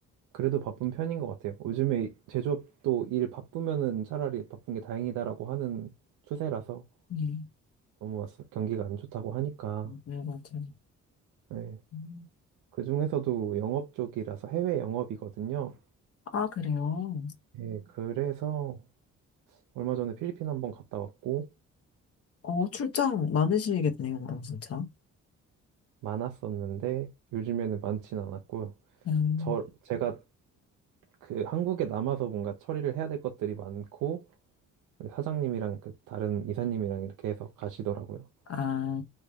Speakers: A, on the right; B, on the left.
A: 그래도 바쁜 편인 것 같아요. 요즘에 제조업도 일 바쁘면은 차라리 바쁜 게 다행이다라고 하는 추세라서
B: 음,
A: 너무 왔어- 경기가 안 좋다고 하니까.
B: 네, 맞아요, 아
A: 네.
B: 음,
A: 그중에서도 영업 쪽이라서 해외 영업이거든요.
B: 아, 그래요?
A: 네, 그래서 얼마 전에 필리핀 한번 갔다 왔고
B: 어, 출장 많으시겠네요, 그럼 진짜.
A: 많았었는데 요즘에는 많진 않았고요.
B: 음,
A: 저 제가 그 한국에 남아서 뭔가 처리를 해야 될 것들이 많고 사장님이랑 그 다른 이사님이랑 이렇게 해서 가시더라고요.
B: 아,